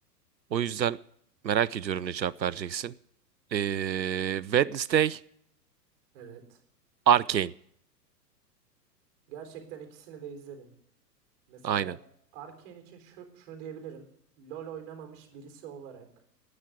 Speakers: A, on the right; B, on the right.
A: O yüzden merak ediyorum ne cevap vereceksin. Ee, Wednesday
B: Evet.
A: Arcane.
B: Gerçekten ikisini de izledim. Mesela
A: Aynen.
B: Arcane için şu, şunu diyebilirim. LoL oynamamış birisi olarak